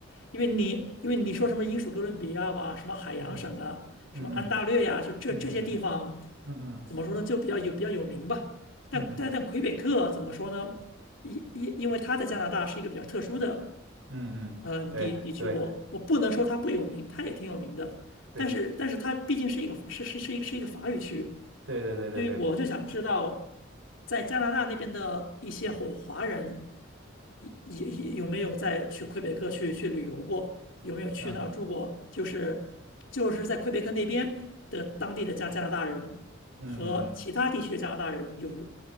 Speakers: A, on the left; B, on the right.
A: 因为你因为你说什么英属哥伦比亚吧，什么海洋省啊，
B: 嗯嗯嗯
A: 什么安大略呀、就这这些地方，
B: 嗯嗯嗯嗯
A: 怎么说呢，就比较有比较有名吧。但但但魁北克怎么说呢？
B: 嗯嗯
A: 因因因为它在加拿大是一个比较特殊的
B: 嗯嗯，
A: 嗯地地区，
B: 对对
A: 我我不能说它不有名，它也挺有名的。
B: 对
A: 但是但是它毕竟是一个是是是一个是一个法语区，
B: 对对对对对，
A: 所以我就想知道，在加拿大那边的一些华华人有有没有在去魁北克去去旅游过？有没有去那儿住过？
B: 嗯
A: 就是就是在魁北克那边的当地的加加拿大人和其他地区的加拿大人有
B: 嗯嗯嗯，